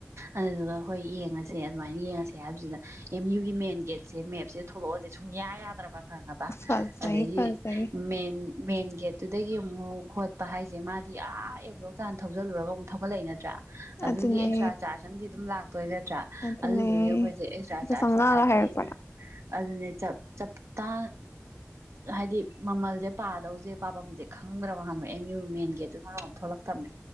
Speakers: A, on the right (about 65°); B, on the left (about 60°).
A: ꯑꯗꯨꯗꯨꯒ ꯍꯈꯣꯏ ꯌꯦꯡꯉꯁꯦ ꯑꯗꯨꯃꯥꯏꯅ ꯌꯦꯡꯉꯁꯦ ꯍꯥꯏꯕꯁꯤꯗ ꯑꯦꯝ ꯌꯨꯒꯤ ꯃꯦꯟ ꯒꯦꯠꯁꯦ ꯃꯦꯞꯁꯦ ꯊꯣꯛꯂꯛꯑꯁꯦ ꯁꯨꯡꯌꯥ ꯌꯥꯗ꯭ꯔꯕ ꯈꯪꯅꯕ
B: ꯐꯖꯩ
A: ꯑꯗꯒꯤ
B: ꯐꯖꯩ
A: ꯃꯦꯟ ꯃꯦꯟ ꯒꯦꯠꯇꯨꯗꯒꯤ ꯑꯃꯨꯛ ꯈꯣꯠꯄ ꯍꯥꯏꯁꯦ ꯃꯥꯗꯤ ꯑꯥ ꯑ ꯕ꯭ꯂꯣꯛ ꯇꯥꯟꯅ ꯊꯧꯖꯜꯂꯨꯔꯒ ꯑꯃꯨꯛ ꯊꯧꯒꯠꯂꯛꯏ ꯅꯠꯇ꯭ꯔꯥ ꯑꯗꯨꯒꯤ
B: ꯑꯗꯨꯅꯦ
A: ꯑꯦꯛꯁꯇ꯭ꯔꯥ ꯆꯥꯔꯖ ꯑꯃꯗꯤ ꯑꯗꯨꯝ ꯂꯥꯛꯄ ꯇꯣꯏꯂꯦꯠꯇ꯭ꯔꯥ
B: ꯑꯗꯨꯅꯦ
A: ꯑꯗꯨꯗꯨꯒꯤ ꯑꯩꯈꯣꯏꯁꯦ ꯑꯦꯛꯁꯇ꯭ꯔꯥ
B: ꯂꯨꯄꯥ
A: ꯆꯥꯔꯖ
B: ꯆꯥꯝꯃꯉꯥꯒ
A: ꯂꯥꯛꯑꯗꯤꯅ
B: ꯍꯥꯏꯔꯛꯄ꯭ꯔꯥ
A: ꯑꯗꯨꯗꯤ ꯆꯞꯇꯥ ꯍꯥꯏꯗꯤ ꯃꯃꯜꯁꯦ ꯄꯥꯗꯧꯁꯦ ꯄꯥꯐꯝꯁꯦ ꯈꯪꯗ꯭ꯔꯕ ꯉꯝꯃꯑꯦ ꯃꯨ ꯃꯦꯟ ꯒꯦꯠꯇꯨꯅꯔꯣꯝ ꯊꯣꯛꯂꯛꯇꯕꯅꯦ